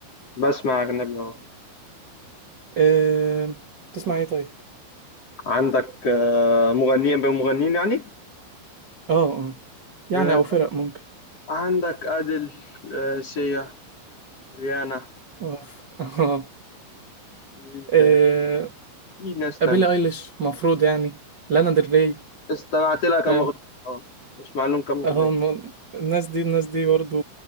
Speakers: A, on the left; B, on the right.
A: بسمع اجنبي اه
B: أه... تسمع ايه طيب
A: عندك آه مغنيين بمغنيين يعني
B: اه اه يعني
A: آه
B: او فرق ممكن
A: عندك ادل آه سيا ريانا
B: اوف <laughs> اه
A: مين
B: أه...
A: تاني في ناس تانية
B: بيلي ايليش مفروض يعني لانا ديل ري
A: استمعت لها كام
B: فاهم
A: اغنيه اه بسمع لهم كام اغنيه
B: اه الم- الناس دي الناس دي برضو